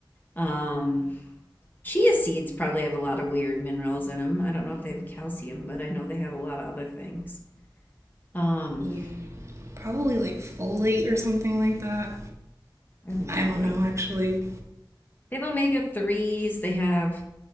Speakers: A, on the left; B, on the right.
A: Um, Chia seeds probably have a lot of weird minerals in them. I don't know if they have calcium, but I know they have a lot of other things. Um,
B: Yeah. Probably like folate or something like that.
A: I have no
B: I don't know
A: idea.
B: actually.
A: They have omega 3s, they have